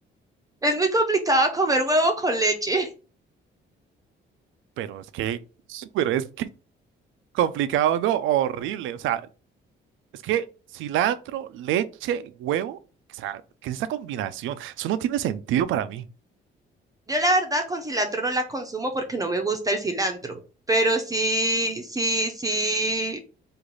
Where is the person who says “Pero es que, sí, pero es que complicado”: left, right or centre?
Right